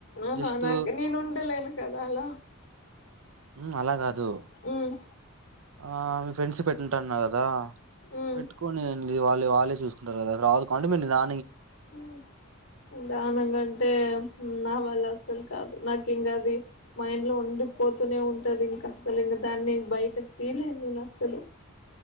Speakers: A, on the left (about 65°); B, on the right (about 70°).
A: ఆహా,
B: జస్ట్
A: నాక్ నేనుంటాలే. కదా అలా!
B: ఉమ్ అలా కాదు?
A: ఉమ్
B: ఆ, మీ ఫ్రెండ్స్ పెట్టింటారు అన్నారు కదా?
A: ఉమ్
B: పెట్టుకోనియాన్. నీది వాళ్లే వాళ్లే చూసుకుంటారు కదా, రాదు కండోన్మెంట్ రా.
A: హ్మ్, దానికంటే నా వల్ల అసలు. అసలు కాదు. నాకు ఇంకా అది మైండ్‌లో ఉండిపోతూనే ఉంటుంది. ఇంకా అసలు ఇంకా దాన్ని బయటకి తీయలేను నేను, అసలు.